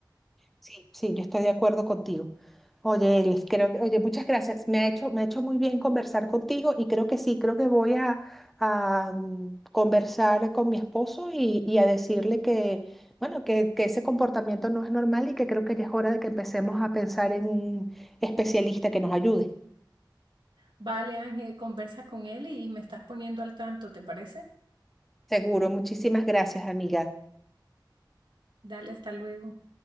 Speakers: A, in the centre; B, on the right (about 85°).
A: Sí. Sí, yo estoy de acuerdo contigo. Oye, Elis, creo que, oye, muchas gracias. Me ha hecho, me ha hecho muy bien conversar contigo y creo que sí, creo que voy a, a, mm, conversar con mi esposo y, y a decirle que, bueno, que, que ese comportamiento no es normal y que creo que ya es hora de que empecemos a pensar en un especialista que nos ayude.
B: Vale, Ángel, conversa con él y me estás poniendo al tanto, ¿te parece?
A: Seguro, muchísimas gracias, amiga.
B: Dale, hasta luego.